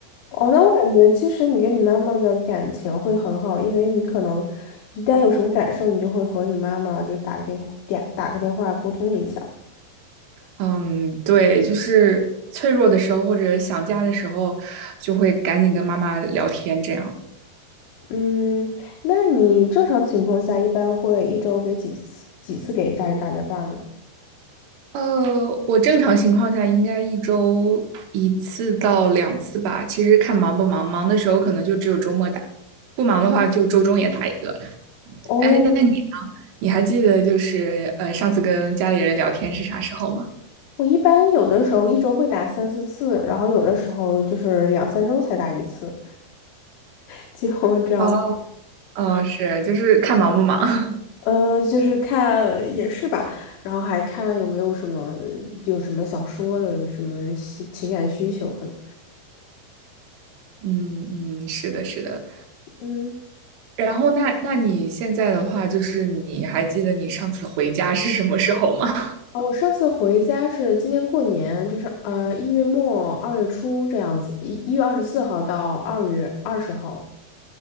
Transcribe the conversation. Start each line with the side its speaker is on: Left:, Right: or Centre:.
Left: 哦，那我感觉其实你跟你妈妈的感情会很好，因为你可能一旦有什么感受，你就会和你妈妈就是打个电点打个电话沟通一下。
Right: 嗯，对，就是脆弱的时候或者想家的时候，就会赶紧跟妈妈聊天这样。
Left: 嗯，那你正常情况下一般会一周给几次几次给家人打电话呢？
Right: 呃，我正常情况下应该一周一次到两次吧。其实看忙不忙，忙的时候可能就只有周末打，不忙的话就周中也打一个。
Left: 哦，
Right: 哎，那你呢？你还记得就是呃上次跟家里人聊天是啥时候吗？
Left: 我一般有的时候一周会打三四次，然后有的时候就是两三周才打一次。<laughs> 这样。
Right: 哦，<laughs> 哦，是，就是看忙不忙。<laughs>
Left: 呃，就是看也是吧，然后还看有没有什么有什么想说的，有什么情情感需求可能。
Right: 嗯嗯，是的，是的。
Left: 嗯，
Right: 然后那那你现在的话，就是你还记得你上次回家是什么时候吗？
Left: 哦，我上次回家是今年过年，就是呃一月末二月初这样子，一一月二十四号到二月二十号，